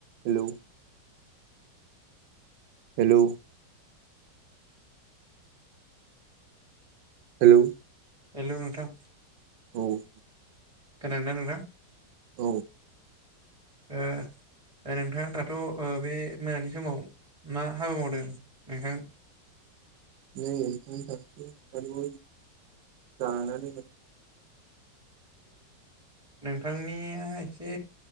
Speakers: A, on the right; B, on the right.
A: हेल' हेलौ हेलौ
B: हेलौ नोंथां।
A: औ
B: खोनादों ना नोंथा?
A: औ
B: ओ ओ नोंथाङा दाथ' बे मोनानि समाव मा हाबा मावदों नोंथां? <unintelligible>
A: <unintelligible> जानानै
B: नोंथांनिया- बे